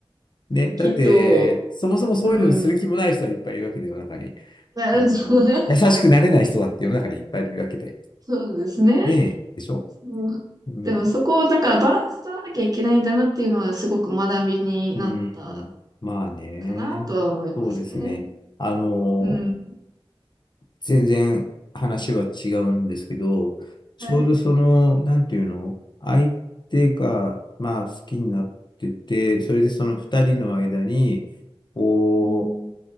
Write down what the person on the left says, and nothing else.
ね。だって、
そもそもそういうのにする気もない人はいっぱいいるわけで、
世の中に。
あの、
優しくなれない人だって世の中にいっぱいいるわけで。
ねえ。でしょ
うん。うん。まあね。
そうですね。あの、
全然話は違うんですけど、ちょうどその、
なんていうの、相手が、まあ、好きになってて、それでその二人の間に、こう、